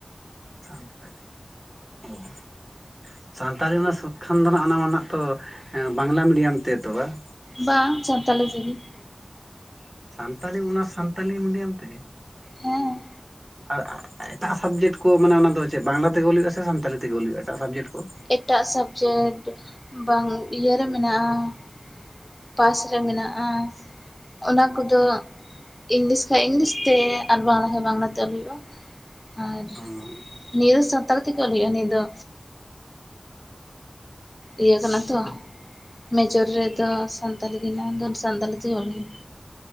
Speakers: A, on the right; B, on the left.
A: <unintelligible> ᱚᱻ ᱥᱟᱱᱛᱟᱞᱤ <unintelligible> ᱠᱷᱟᱱ ᱫᱚ ᱦᱟᱸᱜ ᱚᱱᱟ ᱢᱟ ᱱᱟᱜ ᱛᱚ ᱵᱟᱝᱞᱟ ᱢᱤᱰᱤᱭᱟᱢ ᱛᱮ ᱛᱚ ᱵᱟᱝ?
B: ᱵᱟᱝ ᱥᱟᱱᱛᱟᱞᱤ ᱛᱮᱜᱤ ᱾
A: ᱥᱟᱱᱛᱟᱞᱤ ᱚᱱᱟᱨᱥ ᱥᱟᱱᱛᱟᱞᱤ ᱢᱤᱰᱤᱭᱟᱢ ᱛᱮᱜᱮ?
B: ᱦᱮᱸ,
A: ᱟᱨ ᱮᱴᱟᱜ ᱥᱟᱵᱡᱮᱠᱴ ᱠᱚ ᱢᱟᱱᱮ ᱚᱱᱟ ᱫᱚ ᱪᱮᱫ ᱵᱟᱝᱞᱟ ᱛᱮᱜᱮ ᱚᱞ ᱦᱩᱭᱩᱜᱼᱟ ᱥᱮ ᱥᱟᱱᱛᱟᱞᱤ ᱛᱮᱜᱮ ᱚᱞ ᱦᱩᱭᱩᱜᱼᱟ ᱮᱴᱟᱜ ᱥᱟᱵᱡᱮᱠᱴ ᱠᱚ?
B: ᱮᱴᱟᱜ ᱥᱟᱵᱽᱡᱮᱠᱴ ᱵᱟᱝ ᱤᱭᱟᱹᱨᱮ ᱢᱮᱱᱟᱜᱼᱟ ᱯᱟᱥ ᱨᱮ ᱢᱮᱱᱟᱜᱼᱟ ᱾ ᱚᱱᱟ ᱠᱚᱫᱚ ᱤᱝᱞᱤᱥ ᱠᱷᱟᱡ ᱤᱝᱞᱤᱥᱛᱮ ᱟᱨ ᱵᱟᱝᱞᱟ ᱠᱷᱟᱡ ᱵᱟᱝᱞᱟᱛᱮ ᱚᱞ ᱦᱩᱭᱩᱜᱼᱟ ᱟᱨ
A: <unintelligible>
B: ᱱᱤᱭᱟᱹ ᱥᱟᱱᱛᱟᱲ ᱛᱮᱜᱮ ᱚᱞ ᱦᱩᱭᱩᱜᱼᱟ ᱱᱤᱭᱟᱹ ᱫᱚ᱾ ᱤᱭᱟᱹ ᱠᱟᱱᱟ ᱛᱚ ᱢᱮᱡᱚᱨ ᱨᱮᱫᱚ ᱥᱟᱱᱛᱟᱞᱤ ᱜᱮ ᱢᱮᱱᱟᱜᱼᱟ ᱫᱚ ᱥᱟᱱᱛᱟᱞᱤ ᱛᱮᱜᱮ ᱚᱞ ᱦᱩᱭᱩᱜᱼᱟ᱾